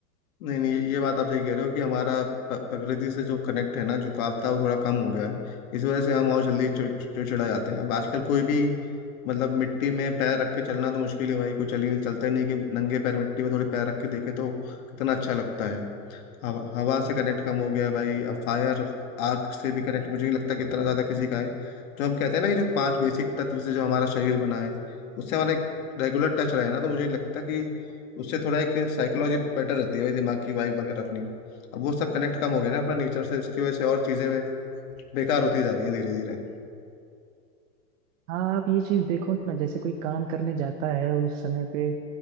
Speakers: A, on the left; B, on the right.
A: नहीं नहीं ये ये बात आप सही कह रहे हो कि हमारा प- प्रकृति से जो कनेक्ट है ना झुकाव था वो थोड़ा कम हो गया है इस वजह से हम और जल्दी चिड़- चिड़चिड़ा जाते हैं अब आजकल कोई भी मतलब मिट्टी में पैर रख के चलना तो मुश्किल है भाई कोई चल ही नहीं चलता ही नहीं कि नंगे पैर मिट्टी में थोड़े पैर रख के देखे तो कितना अच्छा लगता है हवा हवा से कनेक्ट कम हो गया है भाई अब फायर आग से भी कनेक्ट मुझे नहीं लगता कि इतना ज्यादा किसी का है जो हम कहते हैं ना कि जो पांच बेसिक तत्व से जो हमारा शरीर बना है उससे हमारा एक रेगुलर टच रहे ना तो मुझे नहीं लगता कि उससे थोड़ा एक साइकोलॉजी बेटर रहती है भाई दिमाग की वाइब वगैरह अपनी अब वो सब कनेक्ट कम हो गया ना अपना नेचर से इसकी वजह से और चीजें में बेकार होती जा रही हैं धीरे धीरे
B: हाँ आप ये चीज देखो ना जैसे कोई काम करने जाता है उस समय पे